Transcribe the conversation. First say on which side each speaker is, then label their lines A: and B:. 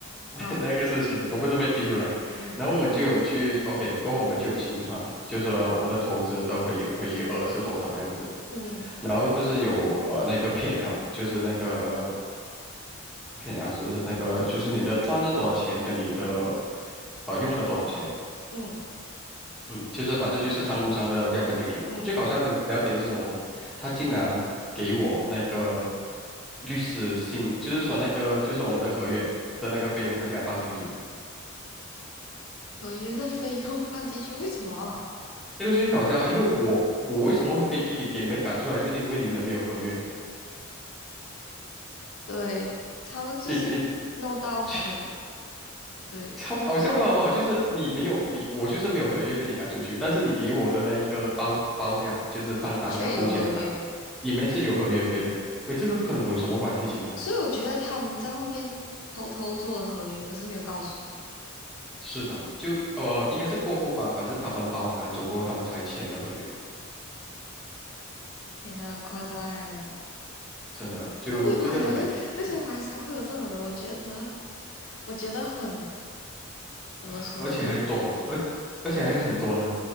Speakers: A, in the centre; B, on the left.
A: 的
B: 啊，
A: <laughs> 那个事情，我不是被踢出来，
B: 嗯
A: 然后我们就有去 OK，过后我们就有清算，就是说我的投资的回回额是多少这样子，
B: 嗯
A: 然后不是有呃那个 P&L，就是那个 P&L 是那个就是你的赚了多少钱跟你的呃用了多少钱。
B: 嗯
A: 嗯，就是反正就是账务上的要分清楚。
B: 嗯，
A: 最搞笑的聊点是什么吗？他竟然给我那个律师信，就是说那个就是我们的合约的那个费用，他竟然放进去。
B: 合约的费用放进去为什么啊
A: 这个最搞笑啊因为我我为什么可以可以给你们赶出来，就是因为你们没有合约啊。
B: 对，他们就是
A: 你你
B: 弄到很，
A: <laughs>
B: 对，
A: 超搞笑的好不好？就是你没有你我就是没有合约被你赶出去，但是你给我的那一个报报价就是账单要扣钱的账单，
B: 确有合约，
A: 里面是有合约费的。喂，这个跟我有什么关系？请问？
B: 所以我觉得他们在后面偷偷做了合约，可是没有告诉你。
A: 是的，就呃，应该是过后吧，反正他们把我赶走过后，他们才签的合约，
B: 天呐，很夸张哎！
A: 真的，就这个东西，
B: 我不明白欸为为什么马来西亚会有这种人，我觉得我觉得很怎么说，
A: <sighs> 而且还多，
B: 很
A: 而而且还很多呢。
B: 我